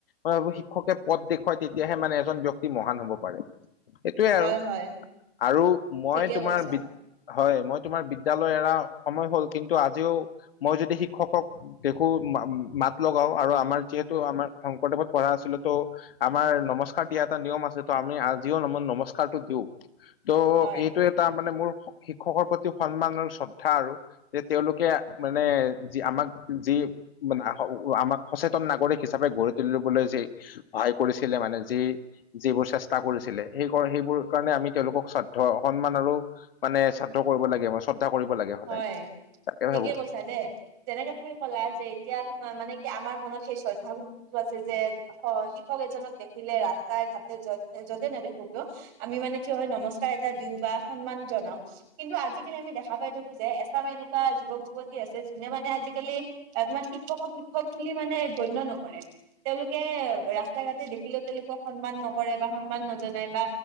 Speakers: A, on the left (about 55°); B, on the right (about 25°).
A: মই ভাবো শিক্ষকে পদ দেখুৱাই তেতিয়াহে মানে এজন ব্যক্তি মহান হব পাৰে এইটোৱে
B: হয়
A: আৰু
B: হয়
A: আৰু মই
B: ঠিকে
A: তোমাৰ
B: কৈছা
A: বিদ হয় মই তোমাৰ বিদ্যালয় এৰা সময় হ'ল কিন্তু আজিও মই যদি শিক্ষকক দেখো মাত লগাও আৰু আমাৰ যিহেতু আমাৰ শংকৰদেৱত পঢ়া আছিলো তো আমাৰ নমস্কাৰ দিয়া এটা নিয়ম আছে তো আমি আজিও ন নমস্কাৰটো দিও ত'
B: হয়
A: এইটো এটা মানে মোৰ শিক্ষকৰ প্ৰতি সন্মান আৰু শ্ৰদ্ধা আৰু যে তেওঁলোকে মানে যি আমাক যি মানে আমাক সচেতন নাগৰিক হিচাপে গঢ়ি তুলিবলৈ যে ভায় কৰিছিলে মানে যি যিবোৰ চেষ্টা কৰিছিলে সেই সেইবোৰ কাৰণে আমি তেওঁলোকক শ্ৰাদ্ধা সন্মান আৰু মানে ছাত্ৰ কৰিব লাগে আমাৰ কৰিব লাগে সদায়
B: হয়
A: তাকে
B: ঠিকে
A: ভাবো
B: কৈছা দেই তেনেকে তুমি ক'লা যে এতিয়া তোম মানে কি আমাৰ মনত সেই শ্ৰদ্ধা ভক্তিটো আছে যে অ শিক্ষক এজনক দেখিলে ৰাস্তাই ঘাটে য'ত য'তে নেদেখো কিয় আমি মানে কি হয় নমস্কাৰ এটা দিও বা সন্মান জনাও কিন্তু আজিকালি আমি দেখা পাই থাকো যে এছাম এনেকুৱা যুৱক যুৱতী আছে যোনে মানে আজিকালি তাত তোমাৰ শিক্ষকক শিক্ষক বুলি মানে গণ্য নকৰে তেওঁলোকে ৰাস্তা ঘাটে দেখিলেও তেওঁলোকক সন্মান নকৰে বা সন্মান নজনায় বা